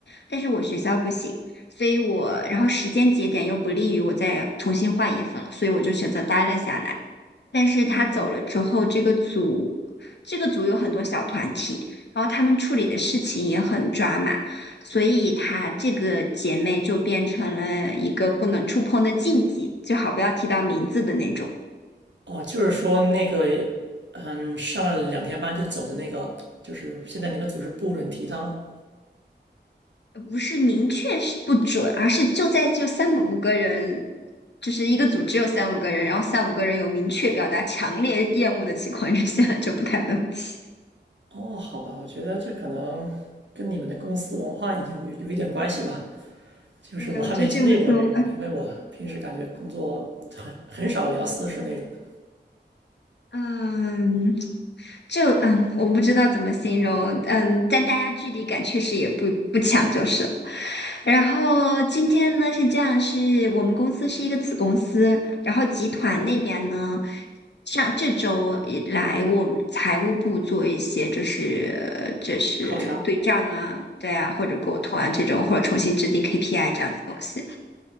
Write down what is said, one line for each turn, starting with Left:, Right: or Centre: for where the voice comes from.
Left: 但是我学校不行，所以我，然后时间节点又不利于我再重新换一份了，所以我就选择待了下来。但是他走了之后，
Right: 哦
Left: 这个组这个组有很多小团体，然后他们处理的事情也很抓马，所以他这个姐妹就变成了一个不能触碰的禁忌，最好不要提到名字的那种。
Right: 哦，就是说那个，嗯，上了两天班就走的那个，就是现在你们组织不准提他吗？
Left: 呃不是明确是不准，而是就在就三五个人，就是一个组只有三五个人，然后三五个人有明确表达强烈厌恶的情况之下，就不太能提。
Right: 哦，好吧，我觉得这可能跟你们的公司文化有有一点关系吧。就是我还没经历过这种，
Left: 对，我觉得这个做作
Right: 因为我平时感觉工作很很少聊私事那种的。
Left: 嗯，就嗯，我不知道怎么形容，嗯，但大家距离感确实也不不强，就是了然后今天呢是这样，是我们公司是一个子公司，然后集团那边呢，上这周以来我们财务部做一些就是就是对账啊，
Right: 考察？
Left: 对啊，或者沟通啊这种，或者重新制定 KPI 这样子的东西。